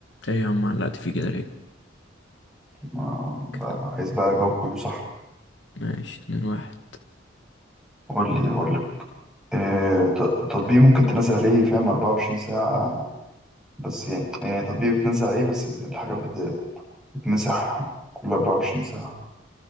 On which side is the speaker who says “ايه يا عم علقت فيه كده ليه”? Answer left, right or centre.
Left